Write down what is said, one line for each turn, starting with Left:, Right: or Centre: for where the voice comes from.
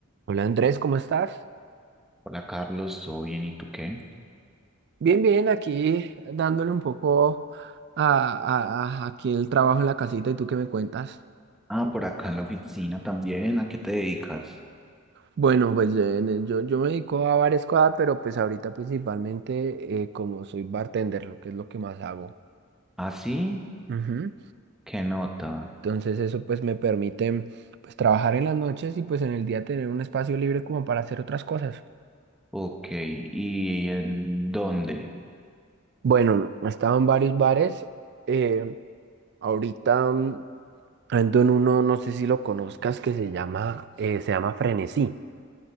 Right: Hola Andrés, ¿cómo estás?
Centre: Hola Carlos, ¿todo bien? ¿Y tú qué?
Right: Bien, bien, aquí dándole un poco a, a- a- aquí el trabajo en la casita y tú qué me cuentas.
Centre: Ah, por acá en la oficina también. ¿A qué te dedicas?
Right: Bueno, pues eh, ne- yo, yo me dedico a varias cosas, pero pues ahorita principalmente eh, como soy bartender, lo que es lo que más hago.
Centre: ¿Ah, sí?
Right: Ujú.
Centre: ¿Qué nota?
Right: Entonces eso pues me permite pues trabajar en las noches y pues en el día tener un espacio libre como para hacer otras cosas.
Centre: Ok, ¿y en dónde?
Right: Bueno, he estado en varios bares. eh, ahorita... mm, Ando en uno, no sé si lo conozcas, que se llama, eh, se llama Frenesí,